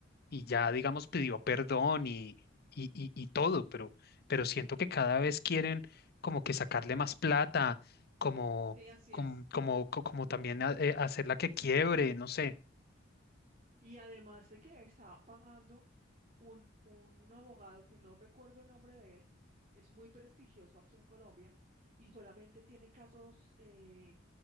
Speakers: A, on the left; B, on the right.
A: y ya, digamos, pidió perdón y, y, y, y todo, pero, pero siento que cada vez quieren como que sacarle más plata, como,
B: sí, así
A: como,
B: es.
A: como,
B: mm.
A: co- como también a- eh, hacerla que quiebre, no sé.
B: Y además de que está pagando un, un abogado que no recuerdo el nombre de él, es muy prestigioso aquí en Colombia y solamente tiene casos eh,